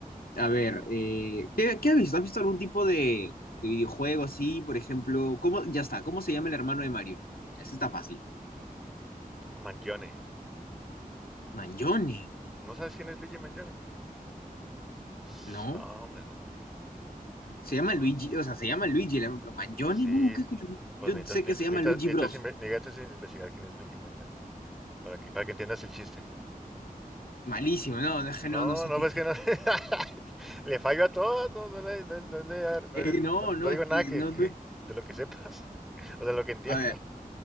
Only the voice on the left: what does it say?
a ver, eh, ¿qué, qué has visto? ¿Has visto algún tipo de, de videojuego así? Por ejemplo, ¿cómo, ya está, ¿cómo se llama el hermano de Mario? Ese está fácil.
Mangione,
¿no?
Se llama
Luigi, o sea, se llama Luigi, el hermano, pero Mangione
nunca escucho.
Yo
sé que
se llama Luigi
Bros.
Malísimo, no, no, es que
no, no sé
quién
es.
<laughs>
Eh,
no,
no,
es que
no,
no.
A ver.